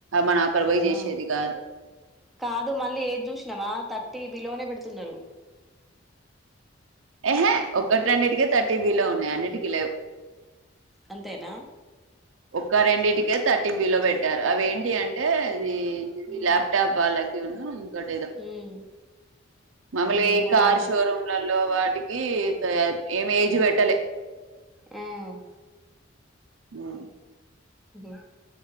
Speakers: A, on the right; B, in the centre.
A: మనం అక్కడ పోయి చేసేది
B: ఆ
A: కాదు
B: కాదు మళ్ళీ ఏది చూసినావా తట్టి బిలోనే పెడుతున్నారు
A: ఏహే ఒ ఒకటి రన్నిటిక థర్టీ బి లో ఉన్నాయి అన్నిటికీ లేవు
B: అంతేనా
A: ఒక్క రెండింటికే థర్టీ బి లో పెట్టారు అవి ఏంటి అంటే అది ఇవి
B: హ్మ్.
A: లాప్టాప్ వాళ్ళ ఒకటిదో,
B: ఉమ్
A: మామూలుగా
B: ఏమో
A: ఈ కార్
B: రా
A: షోరూమ్లల్లో వా వాటికి ఏం ఏజ్ పెట్టలే
B: హ్మ్మ్
A: హ్మ్మ్
B: హ్మ్మ్